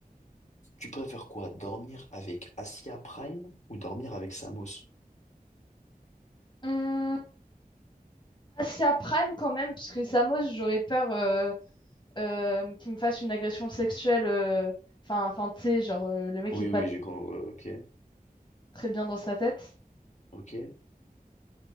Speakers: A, on the left; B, on the left.
A: tu préfères quoi? Dormir avec Asia Prime ou dormir avec Samos?
B: Hum, assez à Prime quand même, puisque Samos, j'aurais peur euh, euh, qu'il me fasse une agression sexuelle. euh, Enfin, enfin, tu sais, genre, euh, le mec
A: Oui,
B: est pas
A: oui,
B: t-
A: j'ai compris. Ok,
B: très bien dans sa tête.
A: ok.